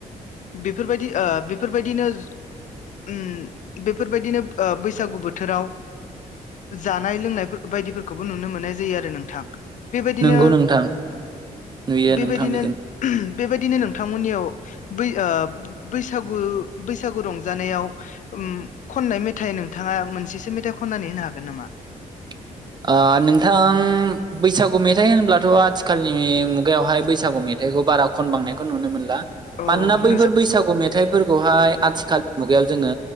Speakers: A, on the left (about 60°); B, on the right (about 30°).
A: बेफोरबायदि ओ बेफोरबायदिनो उम बेफोरबायदिनो बैसागु बोथोराव जानाय लोंनाय बायदिफोरखौबो नुनो मोननाय जायो आरो नोंथां बेबायदिनो
B: नंगौ नोंथां नुयो
A: बेबायदिनो
B: नोंथां बिदिनो
A: बेबायदिनो नोंथांमोननियाव बै ओ बैस बैसागु बैसागु रंजानायाव खननाय मेथाइ नोंथाङा मोनसेसो मेथाइ खननानै नो हागोन नामा
B: <inaudible> ओ नोंथां बैसागु मेथाइ होनब्लाथ आथिखालनि मुगायावहाय बैसागु मेथाइ मेथाइखौ बारा खनबांनायखौ नुनो मोनला
A: औ
B: मानोना बैफोर
A: नोंसोर
B: बैसागु मेथाइफोरखौहाय आथिखाल मुगायाव जोङो‌